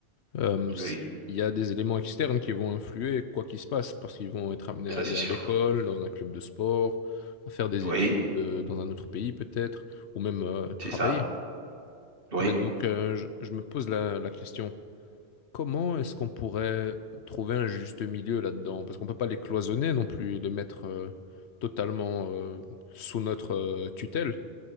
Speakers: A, on the left; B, on the right.
A: euh, c-
B: Oui,
A: il y a des éléments externes qui vont influer quoi qu'il se passe, parce qu'ils vont être amenés
B: ça
A: à aller
B: c'est sûr.
A: à l'école, dans un club de sport, à faire des
B: Oui,
A: études euh, dans un autre pays peut-être, ou même euh, travailler.
B: c'est ça. Oui.
A: Mais donc, euh, je, je me pose la, la question. Comment est-ce qu'on pourrait trouver un juste milieu là-dedans? Parce qu'on peut pas les cloisonner non plus, les mettre euh, totalement euh, sous notre euh, tutelle.